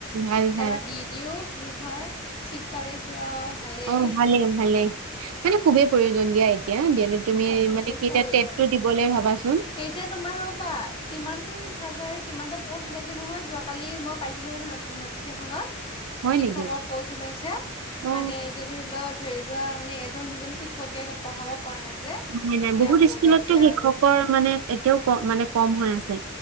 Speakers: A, on the right; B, on the left.
A: ভাল ভাল
B: এবাৰ দি দিও কি হয় চিট পালিটো আৰু। ভালেই
A: অঁ ভালেই ভালেই মানে খুবেই প্ৰয়োজন দিয়া এতিয়া। তুমি
B: অ বহুত
A: মানে কি
B: প্ৰয়োজন
A: এতিয়া তেটটো দিবলৈ ভাবাচোন।
B: এতিয়া তোমাৰ ৰ'বা কিমান হাজাৰ কিমানটা প'ষ্ট ওলাইছে নহয় যোৱান কালি মই পাইছিলোঁ নহয় ন নটিছ এখনত
A: হয়
B: শিক্ষকৰ
A: নেকি
B: পোষ্ট ওলাইছে
A: অ
B: মানে এতিয়া ধৰি লওক ধৰি লোৱা মানে এজন দুজন শিক্ষকে এত পঢ়াব পৰা নাই। যে
A: নাই, নাই।
B: এতিয়া
A: বহুত
B: আকৌ
A: স্কুলতটো
B: ওলাইছে
A: শিক্ষকৰ
B: আৰু
A: মানে এতিয়াও কম মানে কম হৈ আছে।